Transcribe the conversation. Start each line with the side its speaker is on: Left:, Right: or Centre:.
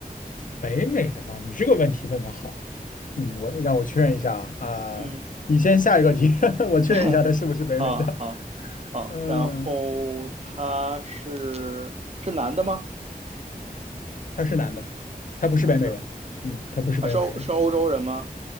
Left: 北美的嘛，你这个问题问的好，嗯，我让我确认一下啊、啊你先下一个题，
Right: 嗯，
Left: <laughs> 我确认一下他是不是北美的，
Right: <laughs> 好，好，好。
Left: 嗯，
Right: 然后他是是男的吗？
Left: 他是男的，他不是北美人，
Right: 是男的
Left: 嗯，他不是北美人，
Right: 啊，是欧是欧洲人吗？